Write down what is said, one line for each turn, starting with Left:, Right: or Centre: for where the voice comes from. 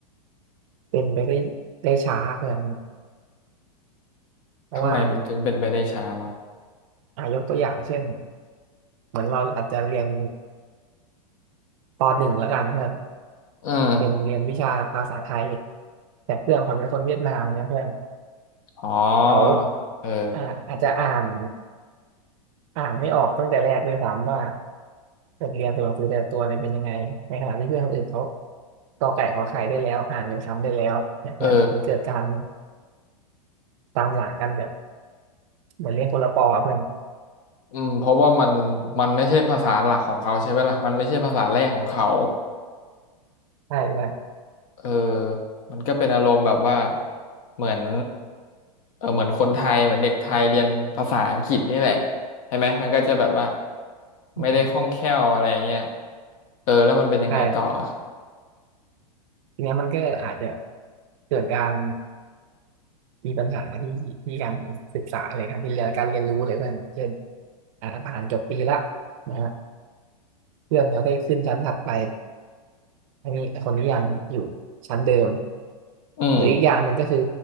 Right: เป็นไปได้ได้ช้าเพื่อนเพราะว่า
Left: ทำไมมันถึงเป็นไปได้ช้าวะ
Right: อ่ะยกตัวอย่างเช่นเหมือนเราอาจจะเรียนปหนึ่งแล้วกันเพื่อน
Left: อืม
Right: เป็นเรียนวิชาภาษาไทยแต่เพื่อนเขาเป็นคนเวียดนามเนี่ยเพื่อน
Left: อ๋อ
Right: เขา
Left: เออ
Right: อ่าอาจจะอ่านอ่านไม่ออกตั้งแต่แรกด้วยซ้ำว่าบทเรียนตัวหนังสือแต่ละตัวเนี่ยเป็นยังไงในขณะที่เพื่อนคนอื่นเขากอไก่ขอไข่ได้แล้วอ่านเป็นคำได้แล้วเนี่ยเพื่อนมันเกิดการ
Left: เออ
Right: ตามหลังกันแบบเหมือนเรียนคนละปออะเพื่อน
Left: อืมเพราะว่ามันมันไม่ใช่ภาษาหลักของเขาใช่ไหมล่ะมันไม่ใช่ภาษาแรกของเขา
Right: ใช่เพื่อน
Left: เออมันก็เป็นอารมณ์แบบว่า เหมือนเออเหมือนคนไทยเหมือนเด็กไทยเรียนภาษาอังกฤษนี่แหละใช่ไหมมันก็จะแบบว่า
Right: อืม
Left: ไม่ได้คล่องแคล่วอะไรเงี้ยเออแล้วมันเป็นยังไงต่ออะ
Right: ใช่ทีเนี้ยมันก็อาจจะเกิดการ มีปัญหาที่ที่การศึกษาเลยการที่เรียนการเรียนรู้เลยเพื่อนเช่นอ่าผ่านจบปีละนะฮะเพื่อนเขาได้ขึ้นชั้นถัดไปอันนี้คนนี้ยังอยู่ชั้นเดิม
Left: อืม
Right: หรืออีกอย่างหนึ่งก็คือ